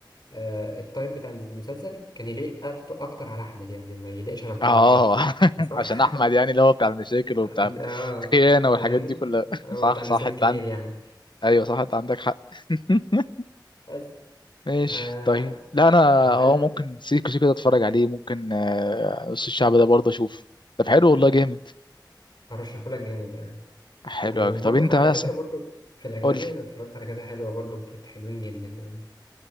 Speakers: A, on the left; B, on the left.
A: آه، التايب بتاع المسلسل كان يليق أكت- أكتر على أحمد يعني ما يليقش على محمد
B: اه
A: خالص
B: <laughs>
A: صح؟
B: عشان احمد يعني اللي هو بتاع المشاكل
A: <laughs>
B: وبتاع
A: اه
B: الخيانه والحاجات
A: فاهمني؟
B: دي كلها <laughs>
A: هو
B: صح
A: بتاع نسوان
B: صح انت
A: كتير
B: عندك
A: يعني
B: ايوه صح انت عندك حق <laughs>
A: بس
B: ماشي
A: آه
B: طيب لا انا
A: فده
B: اه
A: ال-
B: ممكن سيكو سيكو ده اتفرج عليه ممكن آه، نص الشعب ده برضه اشوف طب حلو والله جامد
A: برشحهولك جامد يعني
B: حلو
A: وبرضه
B: قوي طب انت
A: على
B: مثلا
A: فكرة برضه في الأجنبي
B: قول لي
A: أنا اتفرجت على كذا حلوة برضه بتت- حلوين جدا يعني